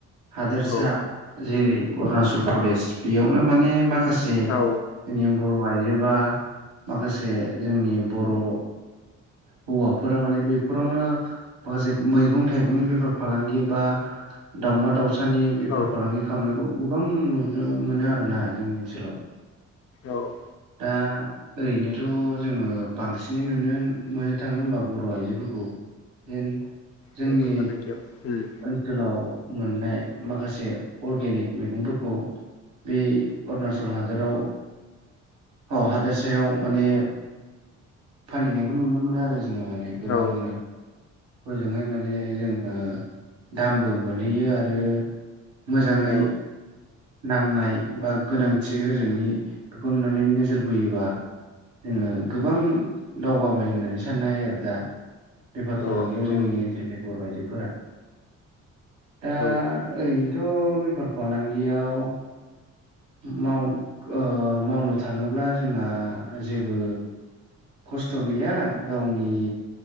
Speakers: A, on the right; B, on the left.
A: हा-
B: औ
A: लिया जेरै अरुणाचल प्रदेश बेयावनो माने माखासे
B: औ
A: जोंनि बर' आइजोबा माखासे जोंनि बर' हौवाफोरा माने बेफोरावनो माखासे मैगं थाइगंनि बेफार फालांगि बा दावमा दावसानि बेफार
B: औ
A: फालांगि खालामनायखौ गोबां नुनो मोनो आरोना जोंनि ओनसोलाव।
B: औ।
A: दा ओरैनोथ' जोङो बांसिनै नुनो मोननो थाङो ओमबा बर' आइजोफोरखौ जेन जोंनि
B: बेफार फालांगियाव उम।
A: ओनसोलाव मोननाय माखासे अर्गेनिक मैगंफोरखौ बे अरुणाचल हादराव अ हादोरसायाव माने फानहैनायखौ नुनो मोनो आरो जोङो माने गोबांनो
B: औ
A: ओजोंहाय माने जोङो दामबो मोनहैयो आरो मोजाङै
B: औ
A: नांनाय बा गोनांथि होजोंनि बेखौ नुनानै नोजोर बोयोबा जोङो गोबां दावगाबाय होननानै साननो हायो आरो दा। बेफार फालांगियाव
B: औ नंगौ
A: जोंनि ओनसोलनि बर' आइजोफोरा दा
B: औ
A: ओरैनोथ' बेफार फालांगियाव माव ओ मावनो थाङोब्ला जोंहा जेबो खस्थ' गैया गावनि